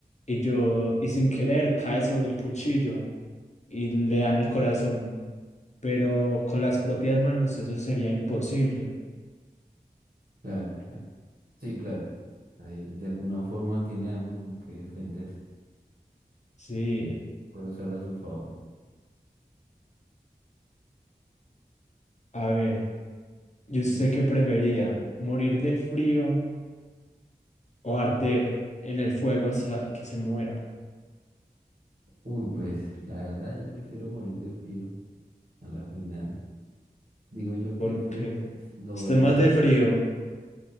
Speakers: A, on the left; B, on the right.
A: y yo, y sin querer, cae sobre el cuchillo y le dan el corazón, pero con las propias manos eso sería imposible.
B: Claro, claro. Sí, claro. Ahí de alguna forma tiene algo con que defenderse,
A: Sí,
B: que puede usar a su favor.
A: a ver, yo
B: Listo.
A: sé que prefería morir de frío o arder en el fuego hasta que se muera.
B: Uy, pues la verdad yo prefiero morir de frío. A la final digo yo
A: porque
B: que el frío pues lo
A: esté
B: duerme
A: más
B: a
A: de
B: uno
A: frío